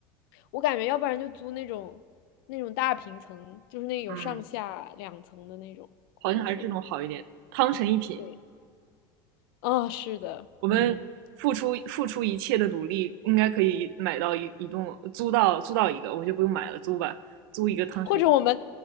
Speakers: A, on the left (about 75°); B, on the right (about 75°).
A: 我感觉要不然就租那种那种大平层，就是那个有上下两层的那种，
B: 嗯，
A: 或者是
B: 好像还是这种好一点，汤臣一品，
A: 对，啊、是的，
B: 我们付出付出一切的努力，
A: 嗯，
B: 应该可以买到一一栋，租到租到一个，我就不用买了，租吧，租一个汤臣
A: 或者我们